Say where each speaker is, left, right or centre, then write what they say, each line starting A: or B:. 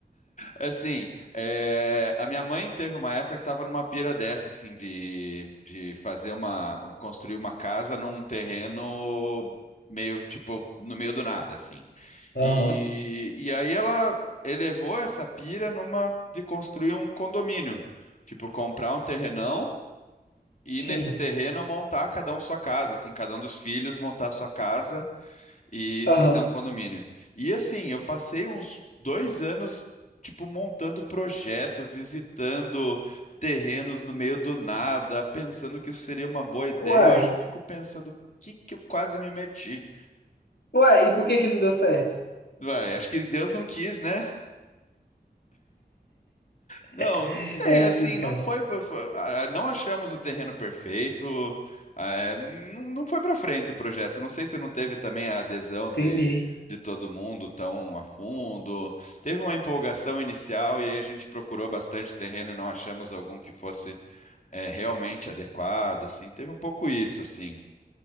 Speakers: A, on the left (about 45°); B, on the left (about 70°).
A: Assim, é, a minha mãe teve uma época que estava numa pira dessa, assim, de, de fazer uma, construir uma casa num terreno meio, tipo, no meio do nada, assim.
B: Aham.
A: E, e aí ela elevou essa pira numa de construir um condomínio, tipo, comprar um terrenão e
B: Sim.
A: nesse terreno montar cada um sua casa, assim, cada um dos filhos montar sua casa e
B: Aham.
A: fazer um condomínio. E assim, eu passei uns dois anos, tipo, montando projeto, visitando terrenos no meio do nada, pensando que isso seria uma boa ideia.
B: Uai.
A: Hoje eu fico pensando, o que que eu quase me meti?
B: Uai, e por que que não deu certo?
A: Vai, acho que Deus não quis, né?
B: <laughs>
A: Não, não sei,
B: É assim,
A: assim,
B: cara.
A: não foi, foi- ah, não achamos o terreno perfeito, ah, é, não, não foi para frente o projeto. Não sei se não teve também a adesão de,
B: Entendi.
A: de todo mundo tão a fundo. Teve uma empolgação inicial e aí a gente procurou bastante terreno e não achamos algum que fosse, é, realmente adequado, assim. Teve um pouco isso, assim.